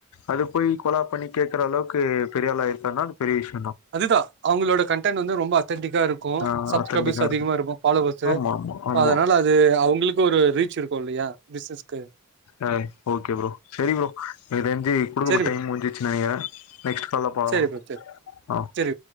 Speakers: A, on the left; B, on the right.
A: அது போய் கொலா பண்ணி கேட்கற அளவுக்கு பெரிய ஆள் இத்தனை நாள் பெரிய விஷயம்
B: அதுதான் அவங்களோட கண்டடென்ட் வந்து ரொம்ப அத்தென்டிகா இருக்கும்
A: ஆ
B: சப்
A: அத்தன்டிக்கா
B: பெமஸ் அதிகமா
A: இருக்கு
B: இருக்கும் ஃபாலோஸ்
A: ஆமா ஆமா ஆமா
B: அதனால அது அவங்களுக்கு ஒரு ரீச் இருக்கும் இல்லையா பிசினஸ்க்கு
A: ஆ ஓகே ப்ரோ சரி ப்ரோ என்ன தெரிஞ்சு குடுக்கப்பட்ட
B: சரி
A: டைம்
B: ப்ரோ
A: முடிஞ்சிடுச்சு நினைக்கிறேன் நெக்ஸ்ட் ஃபாலோ பண்ணலாம்
B: சரி ப்ரோ சரி
A: ஆஹ
B: சரி